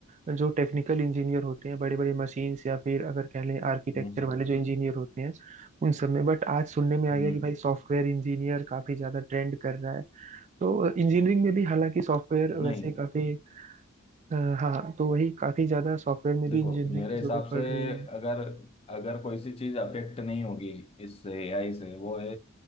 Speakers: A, on the right (about 35°); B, on the left (about 30°).
A: जो टेक्निकल इंजीनियर होते हैं बड़े बड़े मशीन्स या फिर अगर कह लें आर्किटेक्चर
B: हम्म हम्म
A: वाले जो इंजीनियर होते हैं उन सब में बट आज सुनने में आ
B: हम्म।
A: गया कि भाई सॉफ्टवेयर इंजीनियर काफी ज्यादा ट्रेंड कर रहा है तो इंजीनियरिंग में भी हालांकि सॉफ्टवेयर वैसे
B: नहीं
A: काफी अ, हाँ तो वही काफी ज्यादा सॉफ्टवेयर में
B: देखो
A: भी इंजीनियरिंग
B: मेरे
A: की जरूरत
B: हिसाब
A: पड़
B: से
A: रही है
B: अगर अगर कोई सी चीज अफेक्ट नहीं होगी इससे एआई से वो है